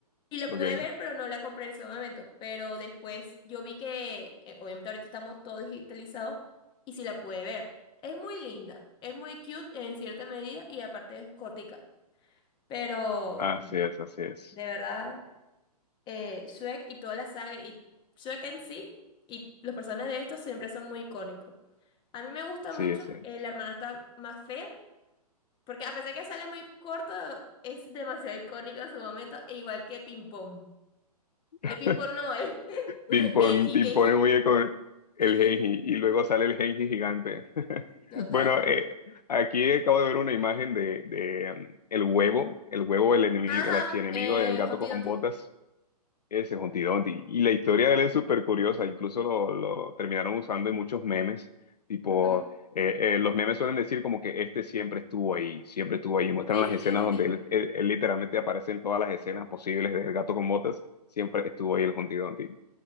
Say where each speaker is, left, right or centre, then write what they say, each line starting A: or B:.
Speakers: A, on the left; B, on the left.
A: Y la
B: ok.
A: pude ver, pero no la compré en ese momento. Pero después yo vi que, eh, obviamente ahorita estamos todos digitalizados, y sí la pude ver. Es muy linda, es muy cute en cierta medida, y aparte es gótica. Pero
B: Así es, así es.
A: de verdad eh, Shrek y toda la saga, y Shrek en sí, y los personajes de estos siempre son muy icónicos. A mí me gusta mucho
B: Sí, sí.
A: eh, La hermana está más fea, porque a pesar que sale muy corto, es demasiado icónico en su momento, e igual que Ping Pong.
B: <laughs>
A: El Ping Pong no, es <laughs>
B: Te impone,
A: Genji,
B: te
A: Genji.
B: impone muy bien con el
A: Sí, Genji.
B: Genji y luego sale el Genji gigante. <laughs>
A: Total.
B: Bueno, eh, aquí acabo de ver una imagen de, de, um, el huevo, el huevo, el enemigo,
A: Ajá,
B: el archienemigo
A: eh,
B: del gato
A: Humpty
B: con
A: Dumpty.
B: botas. Ese Humpty Dumpty. Y la historia de él es súper curiosa, incluso lo, lo terminaron usando en muchos memes, tipo,
A: Ujú.
B: eh, eh, los memes suelen decir como que este siempre estuvo ahí, siempre estuvo ahí, muestran
A: Sí,
B: las
A: sí,
B: escenas
A: sí, sí,
B: donde
A: sí.
B: él, él- él literalmente aparece en todas las escenas posibles del gato con botas, siempre estuvo ahí el Humpty Dumpty.